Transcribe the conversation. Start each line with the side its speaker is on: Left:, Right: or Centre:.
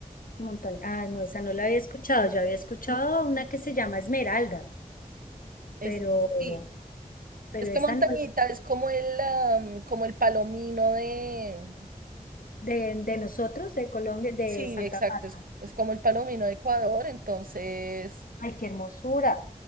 Left: Montaña. Ah, no, esa no la había escuchado. Yo había escuchado una que se llama Esmeralda,
Right: Es,
Left: pero,
Right: sí,
Left: pero
Right: es que
Left: esa
Right: Montañita
Left: no la-
Right: es como el, am, como el palomino de...
Left: de, de nosotros, de Colombia, de
Right: Sí,
Left: Santa
Right: exacto,
Left: Marta.
Right: es, es como el palomino de Ecuador, entonces,
Left: Ay, qué hermosura.